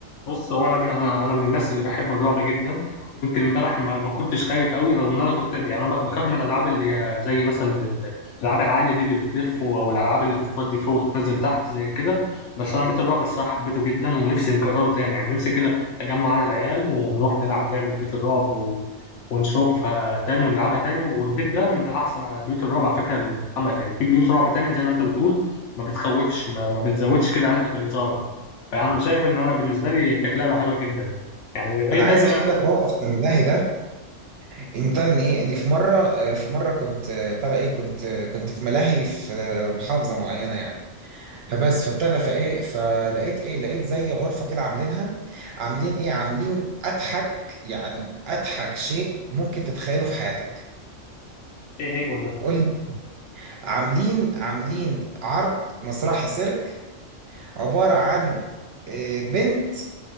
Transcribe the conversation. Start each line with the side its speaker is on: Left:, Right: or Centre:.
Left: بص هو انا انا انا من الناس اللي بحب الرعب جدا ويمكن امبارح ما, ما كنتش خايف قوي رغم ان انا كنت يعني انا بخاف من الالعاب اللي هي زي مثلا ال- الالعاب العاليه دي اللي بتلف او الالعاب اللي بتودي فوق وتنزل تحت زي كده بس انا بيت الرعب الصراحه حبيته جدا ونفسي نكرره تاني يعني نفسي كده اجمع انا العيال ونروح نلعب لعبه بيت الرعب و... ونشوفها تاني ونلعبها تاني والبيت ده من احسن بيوت الرعب على فكره اللي اتعمل يعني في بيوت رعب تاني زي ما انت بتقول ما بتخوفش ما, ما بتزودش كده عندك الاثاره فانا شايف ان انا بالنسبه لي كانت لعبه حلوه جدا يعني
Right: انا
Left: ايه
Right: عايز
Left: تاني بقى
Right: احكي لك موقف من الملاهي ده ان ابتدى ان ايه ان في مره آه، في مره كنت آه، ابتدى ايه كنت آه، كنت في ملاهي في آه، محافظه معينه يعني فبس فابتدى فايه فلقيت ايه لقيت زي غرفه كده عاملينها عاملين ايه عاملين اضحك يعني اضحك شيء ممكن تتخيله في حياتك
Left: ايه هو ده
Right: قول لي عاملين عاملين عرض مسرحي سيرك عبارة عن آه، بنت